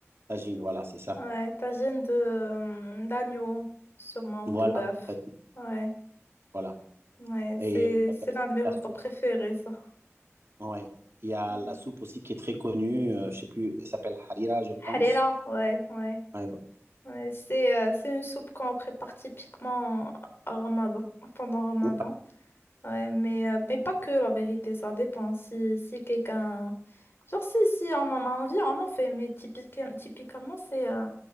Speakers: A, on the right; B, on the left.
A: tagine, voilà, c'est ça.
B: Ouais, tagine de euh, d'agneau, sûrement,
A: Voilà,
B: ou de bœuf.
A: tagine,
B: Ouais,
A: voilà.
B: ouais,
A: Et
B: c'est
A: euh,
B: c'est l'un de mes repas
A: la soupe,
B: préférés, ça.
A: ouais. Il y a
B: Ouais.
A: la soupe aussi qui est très connue, euh, je sais plus, elle s'appelle harira, je pense.
B: Harira, ouais, ouais.
A: Ouais, voilà.
B: Ouais, c'est euh, c'est une soupe qu'on prépare typiquement à Ramadan, pendant Ramadan.
A: Ouais.
B: Ouais, mais, euh, mais pas que la vérité, ça dépend. Si, si quelqu'un. Genre, si, si on en a envie, on en fait. Mais typique, typiquement, c'est euh,